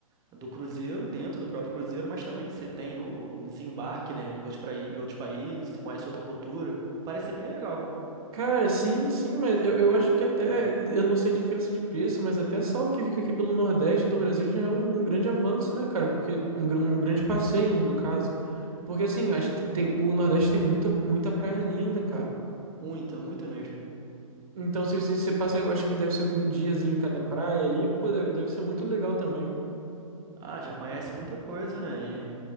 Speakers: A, on the right; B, on the right.
A: do cruzeiro, dentro do próprio cruzeiro, mas também você tem o desembarque, né, em outros, prai- em outros países, você conhece outra cultura. Parece ser bem legal.
B: Cara, sim, sim, mas eu, eu acho que até, eu não sei a diferença de preço, mas até sal que fica aqui pelo Nordeste do Brasil já é um, um grande avanço, né, cara? Porque um, gr- um grande passeio, no, no caso. Porque assim, acho que tem, o Nordeste tem muita, muita praia linda, cara.
A: Muita, muita mesmo.
B: Então, se você, você passa, eu acho que deve ser o quê? Um diazinho em cada praia ali, pô, deve, deve ser muito legal também.
A: Ah, já conhece muita coisa, né? E